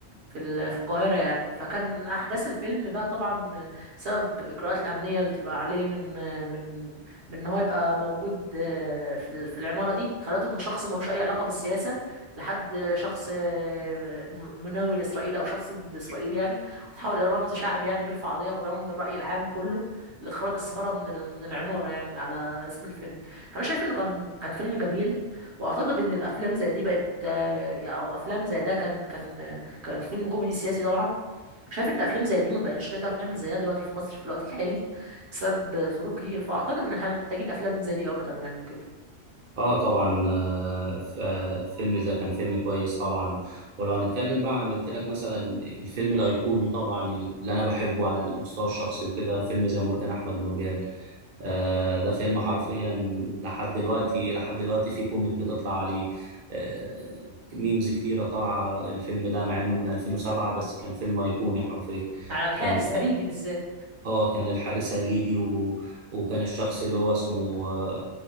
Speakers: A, on the right (about 65°); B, on the right (about 50°).
A: في ال- في القاهرة يعني فكان أحداث الفيلم بقى طبعا بسبب الإجراءات الأمنية اللي بتبقى عليه من من من إن هو يبقى موجود آه، في ال- في العمارة دي خلته من شخص ملوش أي علاقة بالسياسة لحد شخص آه، م- مناوي لإسرائيل أو شخص ضد إسرائيل يعني وتحول إلى رمز شعبي يعني ويرفع قضية مدعوة من الرأي العام كله لإخراج السفارة من ال- من العمارة يعني على اسم الفيلم فأنا شايف إنه كان كان فيلم جميل وأعتقد إن الأفلام زي دي بقت آه، أو أفلام زي ده كان كان كان فيلم كوميدي سياسي طبعا شايف ان افلام زي دي ما بقناش نقدر نعمل زيها دلوقتي في مصر في الوقت الحالي بسبب ظروف كتير فاعتقد ان احنا محتاجين افلام زي دي اكتر يعني وكده
B: اه طبعا آه، ف- آه، فيلم اذا كان فيلم كويس طبعا ولو هنتكلم بقى عن قلت لك مثلا الفيلم الايقوني طبعا اللي انا بحبه على المستوى الشخصي وكده فيلم زي مرجان احمد مرجان آه ده فيلم حرفيا لحد دلوقتي لحد دلوقتي في كوميك بتطلع عليه آه ميمز كتيرة طالعة الفيلم ده مع انه من 2007 بس كان فيلم ايقوني حرفيا
A: على الحارس
B: كان
A: هريدي بالذات
B: اه كان الحارس هريدي و... وكان الشخص اللي هو اسمه آه،